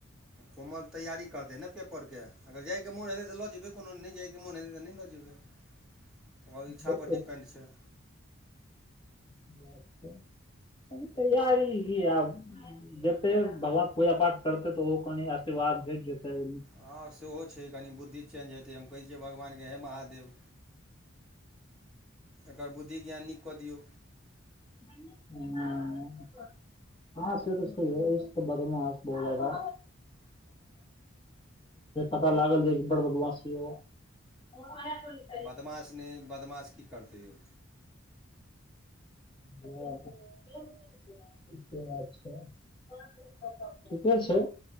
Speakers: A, in the centre; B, on the left.
A: कोमल तैयारी करतै ने पेपर के अगर जाय के मन हेतय तऽ लऽ जेबै कोनो नहि जाय के मन हेतै तऽ नहि लऽ जेबै जेबै ओकर इच्छा
B: लऽ
A: पर डिपेन्ड छै
B: <unintelligible> आब तैयारी की आब <inaudible> जेतै भगवान पूजा पाठ करतै तऽ ओहोद कनि आशीर्वाद भेट जेतैइ
A: हँ सेहो छै कनि बुद्धि चेंज हेतै हम कहै छियै भगवानके हे महादेव एकर बुद्धि ज्ञान नीक कऽ दियौ
B: <unintelligible> हुं हँ <unintelligible> बढ़िया अछि बहुत ज्यादा <inaudible> पता लागल जे बड़ बदमास छ‌लैय ओ <unintelligible>
A: बदमाश नहि बदमाश की करतै यौ
B: ह <inaudible> से बात छै ठीके छै